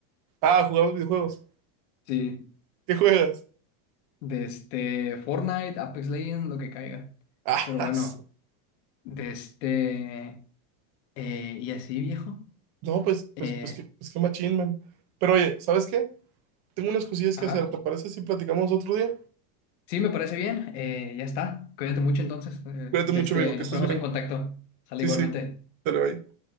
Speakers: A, on the right; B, on the left.
A: Ah, jugamos videojuegos.
B: Sí,
A: ¿Qué juegas? <laughs>
B: desde Fortnite, Apex Legends, lo que caiga.
A: Ah,
B: Pero bueno,
A: su-
B: desde... eh, y así, viejo.
A: no, pues, pues,
B: Eh,
A: pues, qué, pues qué machín, man. Pero oye, ¿sabes qué? Tengo unas cosillas
B: ajá.
A: que hacer, ¿te parece si platicamos otro día?
B: Sí, me parece bien. Eh, ya está. Cuídate mucho entonces. Eh,
A: Cuídate
B: de
A: mucho,
B: este,
A: amigo,
B: ahí
A: que
B: nos
A: estés
B: ponemos
A: bien.
B: en contacto. Sale
A: Sí,
B: igualmente.
A: sí, dale, bye.